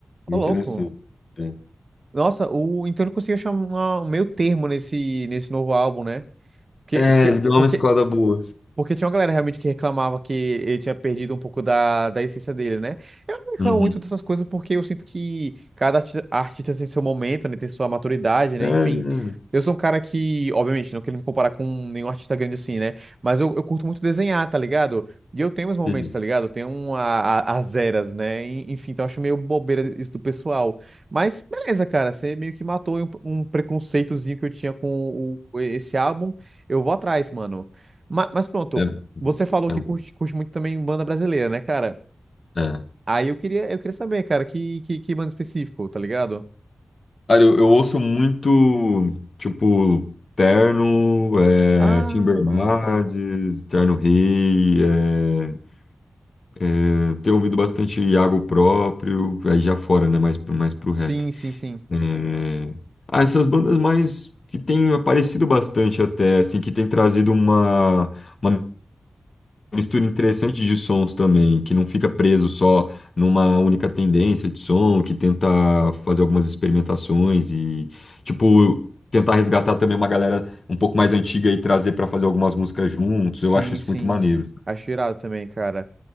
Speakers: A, on the left (about 55°); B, on the right (about 45°).
A: bem
B: ô louco.
A: interessante. É.
B: Nossa, o, então ele conseguiu achar uma- um meio termo nesse, nesse novo álbum, né? Porque,
A: É,
B: porque,
A: ele deu uma
B: porque
A: mesclada boa. assim.
B: porque tinha uma galera realmente que reclamava que ele tinha perdido um pouco da, da essência dele, né? Eu não reclamo
A: Uhum.
B: muito dessas coisas porque eu sinto que cada arti- artista tem seu momento, né? Tem sua maturidade, né?
A: É, é,
B: Enfim. Eu sou um cara que, obviamente, não quero me comparar com nenhum artista grande assim, né? Mas eu, eu curto muito desenhar, tá ligado? E eu tenho meus
A: sim.
B: momentos, tá ligado? Eu tenho uma, a- as eras, né? E- Enfim, então eu acho meio bobeira isso do pessoal. Mas beleza, cara, você meio que matou um, um preconceitozinho que eu tinha com o- esse álbum. Eu vou atrás, mano. Ma- Mas, pronto,
A: É, é
B: você falou que
A: bom.
B: curte, curte muito também banda brasileira, né, cara?
A: É.
B: Aí eu queria, eu queria saber, cara, que, que, que banda específico, tá ligado?
A: Cara, eu, eu ouço muito, tipo, Terno, é,
B: Ah,
A: Tim Bernardes,
B: massa.
A: Terno Rei, é, é, tenho ouvido bastante Iago próprio, aí já fora, né, mais, pro- mais pro rap.
B: Sim, sim, sim.
A: É, Ah, essas bandas mais que têm aparecido bastante até, assim, que têm trazido uma, uma mistura interessante de sons também, que não fica preso só numa única tendência de som, que tenta fazer algumas experimentações e, tipo, tentar resgatar também uma galera um pouco mais antiga e trazer para fazer algumas músicas juntos.
B: Sim,
A: Eu acho isso
B: sim.
A: muito maneiro.
B: Acho irado também, cara.